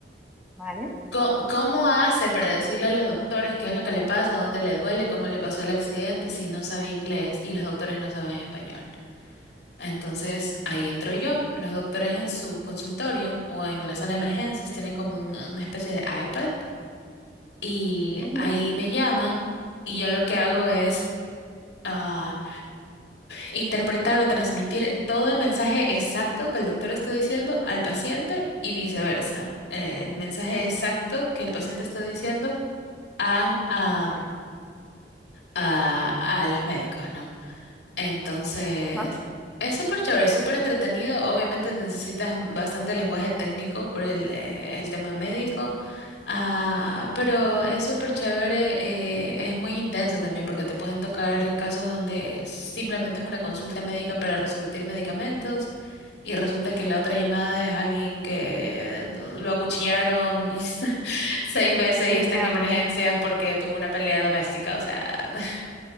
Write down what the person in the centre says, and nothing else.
vale.
ujú,
ajá.
Ah,